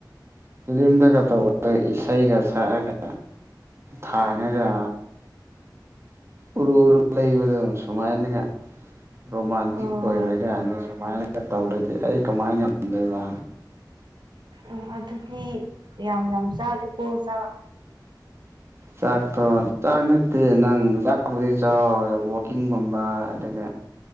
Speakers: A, on the right; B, on the right.
A: ꯐꯤꯂꯝꯗꯒ ꯇꯧꯕ ꯏꯁꯩꯒ ꯁꯛꯑꯒ ꯊꯥꯉꯒ ꯎꯔꯨ ꯎꯔꯨ ꯂꯩꯕꯗ ꯁꯨꯃꯥꯏꯅꯒ ꯔꯣꯃꯥꯟꯇꯤꯛ
B: ꯑꯣ
A: ꯑꯣꯏꯔꯒꯅ ꯁꯨꯃꯥꯏꯅ ꯇꯧꯔꯗꯤ ꯑꯩ ꯀꯃꯥꯏꯅ ꯉꯝꯗꯣꯏꯕ
B: ꯎꯝ ꯑꯗꯨꯗꯤ ꯌꯥꯝ ꯌꯥꯝ ꯆꯥꯒꯦꯀꯣ ꯆꯥ
A: ꯆꯥꯛꯇꯣ ꯆꯥꯛ ꯅꯠꯇꯦ ꯅꯪ ꯆꯥꯛꯕꯨꯗꯤ ꯆꯥꯎꯋꯦ ꯋꯥꯛꯀꯤꯡꯒꯨꯝꯕ ꯑꯗꯨꯒ